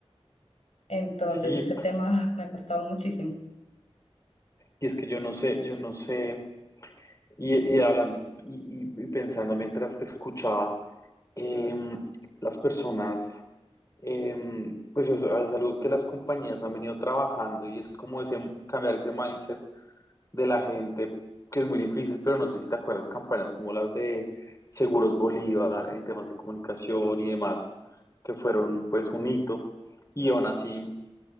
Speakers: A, on the left; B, on the left.
A: Entonces
B: Sí,
A: ese tema <laughs> me ha costado muchísimo.
B: y es que yo no sé, yo no sé, y, y hablando y, y- y pensando mientras te escuchaba, em, las personas... em, pues es, es algo que las compañías han venido trabajando y es como ese, cambiar ese mindset de la gente, que es muy difícil, pero no sé si te acuerdas campañas como las de Seguros Bolívar en temas de comunicación y demás, que fueron pues un hito y aún así